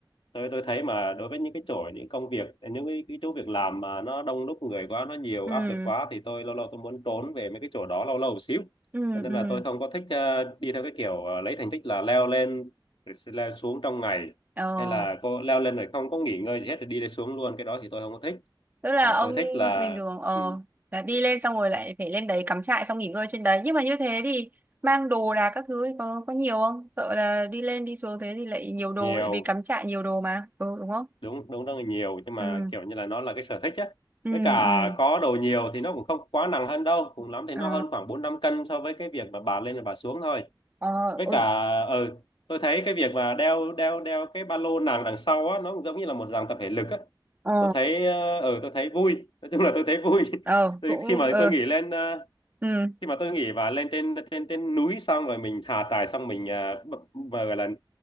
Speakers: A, on the left; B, on the right.
A: tôi tôi thấy mà đối với những cái chỗ những công việc những cái, cái chỗ việc làm mà nó đông đúc người quá nó nhiều
B: ừ,
A: áp lực quá thì tôi lâu lâu tôi muốn trốn về mấy cái chỗ đó lâu lâu một xíu
B: ừ,
A: cho nên
B: ừ.
A: là tôi không có thích ờ, đi theo cái kiểu ờ, lấy thành tích là leo lên rồi sẽ leo xuống trong ngày
B: Ờ,
A: hay là cô leo lên rồi không có nghỉ ngơi gì hết rồi đi lên xuống luôn cái đó thì tôi không có thích
B: tức là
A: và
B: ông
A: tôi thích là
B: bình thường ờ
A: ừ,
B: là đi lên xong rồi lại phải lên đấy cắm trại xong nghỉ ngơi trên đấy. Nhưng mà như thế thì mang đồ đạc các thứ thì có có nhiều không? Sợ là đi lên đi xuống thế thì lại nhiều đồ
A: nhiều
B: tại vì cắm trại nhiều đồ mà. Ừ đúng không?
A: đúng đúng rất là nhiều nhưng mà
B: Ừ,
A: kiểu như là nó là cái sở thích á
B: ừ,
A: với cả
B: ừ.
A: có đồ nhiều thì nó cũng không quá nặng hơn đâu cùng lắm thì
B: Ờ.
A: nó hơn khoảng bốn năm cân so với cái việc mà bà lên rồi bà xuống thôi
B: ờ
A: với
B: ừ,
A: cả ừ, tôi thấy cái việc mà đeo đeo đeo cái ba lô nặng đằng sau á nó cũng giống như là một dạng tập thể lực á
B: ờ
A: tôi thấy ờ, ừ tôi thấy vui nói chung là tôi thấy vui
B: ờ
A: <laughs> tôi,
B: cũng
A: khi mà
B: ừ
A: tôi nghỉ lên ờ,
B: ừ
A: khi mà tôi nghỉ và lên trên trên trên núi xong rồi mình thả trại xong mình uh,